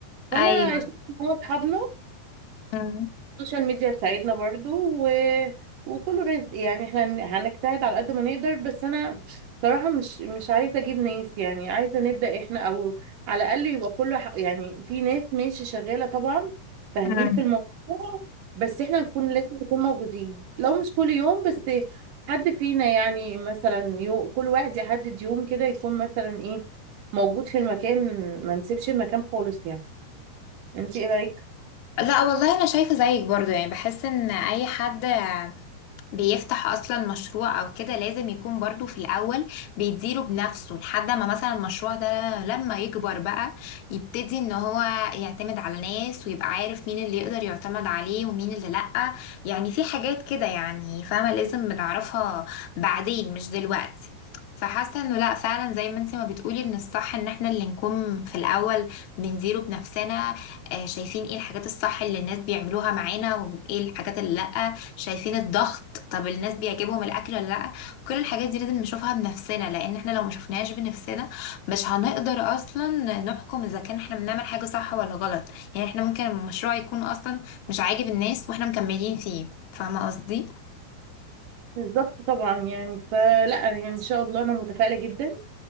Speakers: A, on the right; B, on the left.
A: فانا
B: ايوه
A: شفت إن هو اصحابنا
B: مم.
A: السوشيال ميديا تساعدنا برضو و... وكله رزق يعني احنا هن- هنجتهد على قد ما نقدر بس انا صراحة مش مش عايزة اجيب ناس يعني عايزة نبدأ احنا او على الاقل يبقى كله ح... يعني في ناس ماشي شغالة طبعا فاهمين
B: مم.
A: في الموضوع بس احنا نكون لازم نكون موجودين لو مش كل يوم بس حد فينا يعني مثلا يو... كل واحد يحدد يوم كده يكون مثلا ايه موجود في المكان ما نسيبش المكان خالص يعني انت ايه رأيك
B: لا والله انا شايفه زيك برضو يعني بحس ان اي حد بيفتح اصلا مشروع او كده لازم يكون برضو في الاول بيديره بنفسه لحد ما مثلا المشروع ده لما يكبر بقى يبتدي ان هو يعتمد على ناس ويبقى عارف مين اللي يقدر يعتمد عليه ومين اللي لأ يعني في حاجات كده يعني فاهمة لازم بنعرفها بعدين مش دلوقتي فحاسة انه لا فعلا زي ما انت ما بتقولي من الصح ان احنا اللي نكون في الاول بنديره بنفسنا آه، شايفين ايه الحاجات الصح اللي الناس بيعملوها معانا وايه الحاجات اللي لأ شايفين الضغط طب الناس بيعجبهم الاكل ولا لا كل الحاجات دي لازم نشوفها بنفسنا لان احنا لو ما شفناهاش بنفسنا مش هنقدر اصلا نحكم اذا كان احنا بنعمل حاجة صح ولا غلط يعني احنا ممكن المشروع يكون اصلا مش عاجب الناس واحنا مكملين فيه فاهمة قصدي
A: بالظبط طبعا يعني فلا يعني ان شاء الله انا متفائله جدا